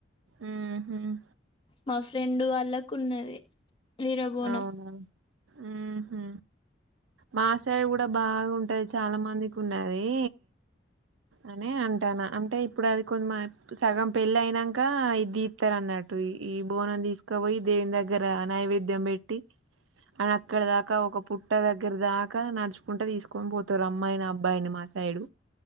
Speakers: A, on the right; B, on the left.
A: ఉమ్
B: మా ఫ్రెండ్ వాళ్ళకు ఉన్నది వీరబోనం
A: అవునా ఉహు మా సైడ్ కూడా బాగుంటది చాలా మందికి ఉన్నది అని అంటాను అంటే ఇప్పుడు అది కొ సగం పెళ్ళి అయినాక ఇ దీతారు అన్నట్టు ఈ బోనం తీసుకుపోయి దేవుని దగ్గర నైవేద్య ం పెట్టి అని అక్కడ దాకా ఒక పుట్ట దగ్గర దాకా నడుచుకుంటే తీసుకొని పోతారు అమ్మాయిని అబ్బాయిని మా సైడు